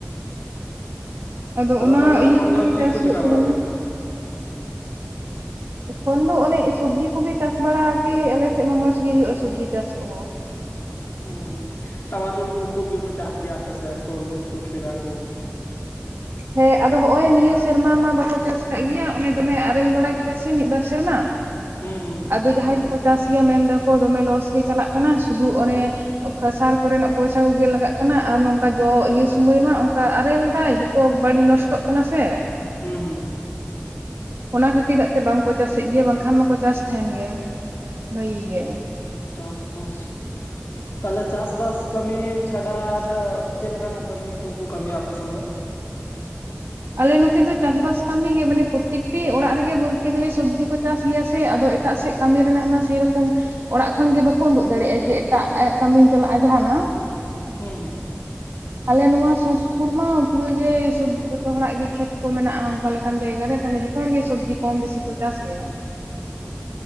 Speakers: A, on the right; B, on the left.
A: ᱟᱫᱚ ᱚᱱᱟ
B: ᱛᱟᱦᱚᱞᱮ
A: ᱤᱭᱟᱹ
B: ᱮᱠᱷᱚᱱ
A: ᱛᱮᱜᱮ
B: ᱫᱚ ᱪᱮᱫ
A: ᱪᱟᱥ
B: ᱠᱚ
A: ᱦᱩᱭᱩᱜ
B: ᱪᱮᱠᱟ
A: ᱛᱟᱦᱮᱸᱱᱟ
B: ᱵᱟᱲᱟ ᱜᱮᱭᱟ?
A: ᱠᱷᱚᱱ ᱫᱚ ᱚᱱᱮ ᱥᱚᱵᱽᱡᱤ ᱠᱚᱜᱮ ᱪᱟᱥ ᱵᱟᱲᱟᱜ ᱜᱮ ᱟᱞᱮᱥᱮᱫ ᱢᱟ ᱢᱚᱸᱡᱽ ᱜᱤᱦᱳᱭᱳᱜᱼᱟ ᱥᱚᱵᱽᱡᱤ ᱪᱟᱥ ᱠᱚᱦᱚᱸ
B: ᱦᱩᱸ ᱦᱩᱸ ᱴᱟᱢᱟᱴᱳᱞ ᱠᱚ ᱠᱷᱩᱵ ᱜᱮᱠᱚ ᱪᱟᱥ ᱜᱮᱭᱟ ᱟᱯᱮᱥᱮᱫ ᱛᱚᱨᱢᱩᱡᱽ ᱠᱚ ᱠᱷᱨᱟᱠᱩ
A: ᱦᱮᱸ ᱟᱫᱚ ᱦᱚᱜ-ᱚᱭ ᱱᱤᱭᱟᱹ ᱥᱮᱨᱢᱟ ᱢᱟ ᱵᱟᱠᱚ ᱪᱟᱥ ᱠᱟᱜ ᱜᱮᱭᱟ ᱚᱱᱮ ᱫᱚᱢᱮ ᱟᱨᱮᱞ ᱵᱟᱲᱟ ᱠᱮᱫᱟᱭ ᱥᱮ ᱢᱤᱫᱵᱟᱨ ᱥᱮᱨᱢᱟ,
B: ᱦᱩᱸ ᱦᱩᱸ ᱦᱩᱸ
A: ᱟᱫᱚ ᱡᱟᱦᱟᱸᱭ ᱠᱚᱠᱚ ᱪᱟᱥ ᱜᱮᱭᱟ ᱢᱮᱱ ᱮᱫᱟᱠᱚ ᱫᱚᱢᱮ ᱞᱚᱥ ᱜᱮ ᱪᱟᱞᱟᱜ ᱠᱟᱱᱟ ᱥᱩᱫᱩ ᱚᱱᱮ ᱠᱷᱟᱥᱟᱣ ᱠᱚᱨᱮᱱᱟᱜ ᱯᱚᱭᱥᱟ ᱠᱚᱜᱮ ᱞᱟᱜᱟᱜ ᱠᱟᱱᱟ ᱟᱨ ᱱᱚᱝᱠᱟ ᱡᱚ ᱤᱭᱟᱹ ᱥᱚᱢᱚᱭ ᱢᱟ ᱚᱱᱠᱟ ᱟᱨᱮᱞ ᱫᱟᱭ ᱛᱚ ᱵᱟᱹᱲᱤᱡ ᱱᱚᱥᱴᱚᱜ ᱠᱟᱱᱟ ᱥᱮ
B: ᱦᱩᱸ ᱦᱩᱸ ᱦᱩᱸ
A: ᱚᱱᱟ ᱠᱷᱟᱹᱛᱤᱨᱟᱜ ᱛᱮ ᱵᱟᱝᱠᱚ ᱪᱟᱥ ᱮᱫ ᱜᱮᱭᱟ ᱵᱟᱝᱠᱷᱟᱱ ᱢᱟᱠᱚ ᱪᱟᱥ ᱛᱟᱦᱮᱱ ᱜᱮᱭᱟ, ᱵᱟᱹᱜᱤ ᱜᱮ
B: ᱴᱚᱵ <unintelligible>
A: <inaudible>
B: ᱛᱟᱦᱚᱞᱮ ᱪᱟᱥ ᱵᱟᱥ ᱠᱟᱹᱢᱤ ᱪᱷᱟᱰᱟ ᱟᱨ ᱪᱮᱫ ᱞᱮᱠᱟᱱᱟᱜ ᱠᱟᱹᱢᱤ ᱠᱚᱠᱚ ᱠᱟᱹᱢᱤᱭᱟ ᱟᱯᱮᱥᱮᱱ ᱫᱚ
A: ᱟᱞᱮ ᱱᱚᱛᱮ ᱫᱚ ᱪᱟᱥᱵᱟᱥ ᱠᱟᱹᱢᱤ ᱜᱮ ᱢᱟᱱᱮ ᱯᱨᱚᱛᱛᱮᱠᱴᱤ ᱚᱲᱟᱜ ᱨᱮᱜᱮ ᱵᱚᱞᱛᱮ ᱜᱮᱞᱮ ᱥᱚᱵᱽᱡᱤ ᱠᱚ ᱪᱟᱥ ᱜᱮᱭᱟ ᱥᱮ ᱟᱫᱚ ᱮᱴᱟᱜ ᱥᱮᱫ ᱠᱟᱹᱢᱤ ᱨᱮᱱᱟᱜ ᱢᱟ ᱥᱮᱨᱚᱠᱚᱢ, ᱚᱲᱟᱜ ᱠᱷᱚᱱᱜᱮ ᱵᱟᱠᱚ ᱩᱸᱰᱩᱠ ᱫᱟᱲᱮᱭᱟᱜᱼᱟ ᱡᱮ ᱮᱴᱟᱜ ᱠᱟᱹᱢᱤᱧ ᱪᱟᱞᱟᱜᱼᱟ ᱡᱟᱦᱟᱱᱟᱜ
B: ᱦᱩᱸ ᱦᱩᱸ
A: ᱟᱞᱮ ᱱᱚᱣᱟ ᱥᱩᱨ ᱥᱩᱯᱩᱨ ᱢᱟ ᱯᱩᱨᱟᱹᱜ ᱜᱮ ᱥᱩᱵ ᱡᱷᱚᱛᱚ ᱦᱚᱲᱟᱜ ᱜᱮ ᱠᱷᱮᱛ ᱠᱚ ᱢᱮᱱᱟᱜᱼᱟ ᱚᱱᱠᱟ ᱞᱮᱠᱟᱱ ᱡᱟᱭᱜᱟ ᱨᱮ ᱛᱟᱦᱚᱞᱮ ᱡᱷᱚᱛᱚ ᱦᱚᱲ ᱜᱮ ᱥᱚᱵᱽᱡᱤ ᱠᱚᱢ ᱵᱮᱥᱤ ᱠᱚ ᱪᱟᱥ ᱜᱮᱭᱟ᱾